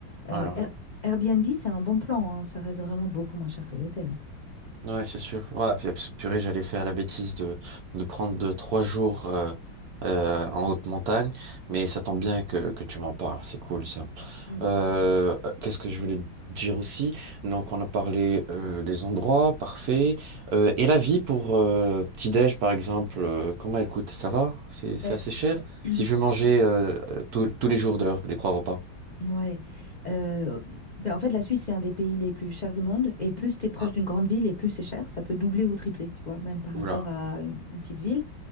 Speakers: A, on the left (about 65°); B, on the right (about 65°).
A: Euh,
B: Ouais, ouais.
A: Air- Airbnb, c'est un bon plan, hein, ça reste vraiment beaucoup moins cher que l'hôtel.
B: Ouais, c'est sûr. Ouais, puis abs- purée, j'allais faire la bêtise de, de prendre de, trois jours euh, euh, en haute montagne, mais ça tombe bien que, que tu m'en parles, c'est cool ça.
A: Mm.
B: Euh, euh, qu'est-ce que je voulais te dire aussi? Donc, on a parlé euh, des endroits, parfait. Euh, et la vie pour euh, petit-déj, par exemple, euh, comment elle coûte? Ça va? C'est,
A: Ben,
B: c'est assez cher?
A: <clears throat>
B: Si je veux manger euh, euh, tous tous les jours d'heure, les trois repas.
A: ouais. Euh, ben, en fait, la Suisse, c'est un des pays les plus chers du monde. Et plus tu es proche
B: Ah,
A: d'une grande ville, et plus c'est cher. Ça peut doubler ou tripler, tu vois, même par
B: Oula.
A: rapport à une une petite ville.